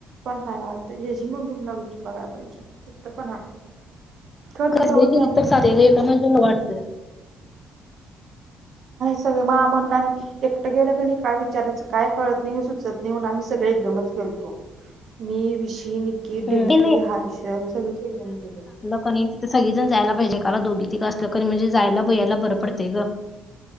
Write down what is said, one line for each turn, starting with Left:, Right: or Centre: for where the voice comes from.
Right: पण हा वात जे जी मगमला विच बघाला पाहिजे. तिथं पण आहेय. कधी
Left: सगळी
Right: तेवढं
Left: गेलीत
Right: कॅम्पस
Left: तर चालतंय
Right: ते नसतात
Left: ग एका
Right: ते
Left: माणसाला वाटतंय.
Right: सगळे आमोना की एकटं गेलं क नाही, काय विचारायचं काय कळत नाही, सुचत नाही, म्हणून आम्ही सगळे एकदमच गेलतो. मी विशी, निकी,
Left: नाही
Right: डिम्पी, हर्षल सगळे एकदम गेलतो.
Left: क नै, तिथं सगळी जण जायला पाहिजे, एकाला दोघी तीघी असलं क म्हणजे जायला भयाला बर पडतय ग.